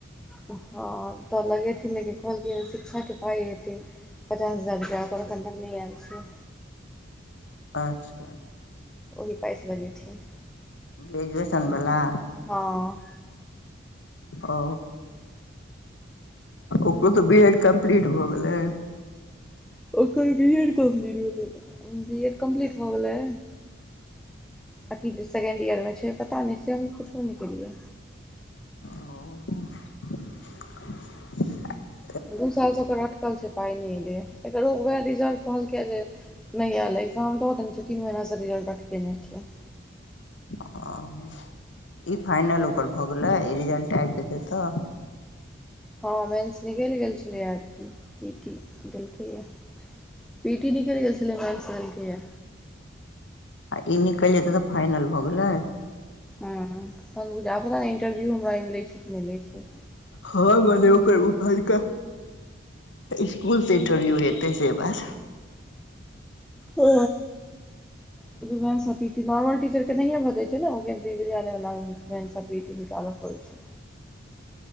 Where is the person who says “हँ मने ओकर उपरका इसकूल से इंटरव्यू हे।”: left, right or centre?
Left